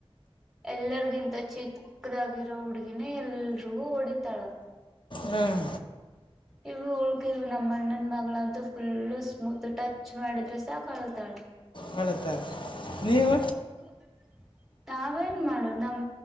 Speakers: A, in the centre; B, on the left.
A: ಎಲ್ಲರಿಗಿಂತ ಚಿಕ್ಕದಾಗಿರೋ ಹುಡ್ಗಿನ ಎಲ್ರಿಗೂ ಹೊಡಿತಾಳ
B: ಹ್ಮ್
A: ಇವು ಉಳ್ಕಿದವು ನಮ್ಮ ಅಣ್ಣನ ಮಗಳಂತೂ ಫುಲ್ಲು ಸ್ಮೂತ್ ಟಚ್ ಮಾಡಿದ್ರೆ ಸಾ ಕಳ್ತಾಳ
B: ಹೇಳುತ್ತಾರೆ ನೀವು
A: ಹ ನಾವೇನ್ ಮಾಡೋ ನಮ್